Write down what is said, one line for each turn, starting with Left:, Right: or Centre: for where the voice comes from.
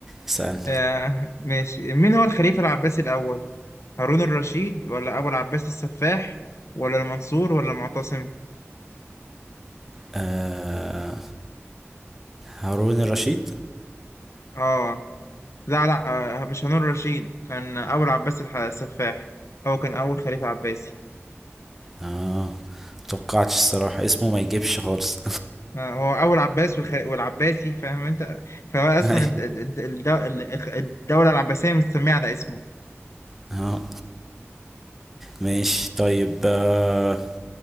Centre: اسألني
Left: آه، ماشي مين هو الخليفة العباسي الأول؟ هارون الرشيد ولا أبو العباس السفاح ولا المنصور ولا المعتصم؟
Centre: آه هارون الرشيد
Left: اه لا لا آه، مش هارون الرشيد كان أبو العباس الح- السفاح هو كان أول خليفة عباسي
Centre: اه متوقعتش الصراحة اسمه ما يجيبش خالص
Left: آه، هو أول عباس والخ... والعباسي فاهم أنت فهو
Centre: <laughs>
Left: أصلا الد- الد- الد- الد- الدولة العباسية مستمية على اسمه
Centre: اه ماشي طيب آه،